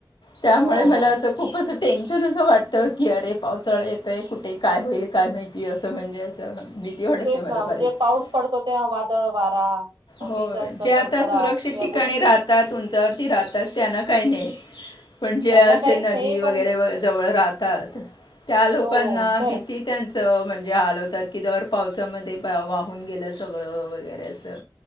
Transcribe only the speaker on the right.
हो
हो.
तेच
ना म्हणजे
पाऊस पडतो, तेव्हा वादळ वारा.
विजांचा
कडकडाट
या
गोष्टी
त्यांना
काहीच
नाही
पण
हो तर